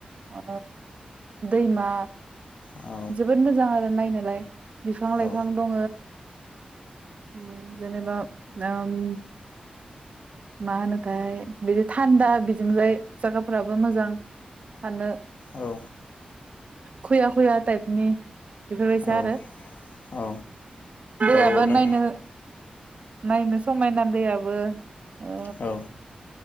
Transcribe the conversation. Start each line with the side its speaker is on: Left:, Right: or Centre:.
Right: ओ दैमा।
Left: औ
Right: जोबोद मोजां आरो नायनोलाय। बिफां लाइफां
Left: औ
Right: दङो उम। जेनेबा <unintelligible> मा होनोथाय बिदि थान्दा बिजोंजाय जायगाफोराबो मोजां थानो।
Left: औ।
Right: खुया खुया टाइपनि बेफोरबायसा
Left: औ
Right: आरो
Left: औ
Right: दैयाबो
Left: औ नों
Right: नायनो नायनो समायना दैयाबो ओ
Left: औ।